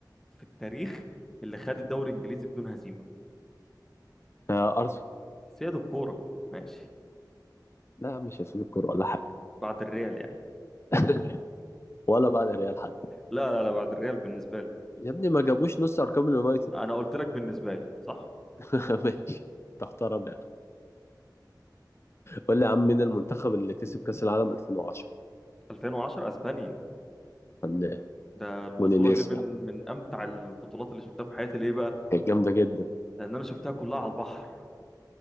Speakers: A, in the centre; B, on the left.
A: في التاريخ اللي خد الدوري الانجليزي بدون هزيمه
B: آه أرسنال
A: سيادة الكوره ماشي
B: لا يا عم مش هسيب الكورة ولا حاجة
A: بعد الريال يعني
B: <laughs> ولا بعد ريال حتى
A: لا لا لا بعد الريال بالنسبه لي
B: يا ابني ما جابوش نص أرقام اليونايتد
A: انا قلت لك بالنسبه لي صح
B: <laughs> ماشي تحترم يعني قول لي يا عم مين المنتخب اللي كسب كأس العالم 2010؟
A: 2010 اسبانيا
B: فنان
A: ده البطوله
B: ونيستا
A: دي من من امتع البطولات اللي شفتها في حياتي ليه بقى
B: كانت جامدة جدا
A: لان انا شفتها كلها على البحر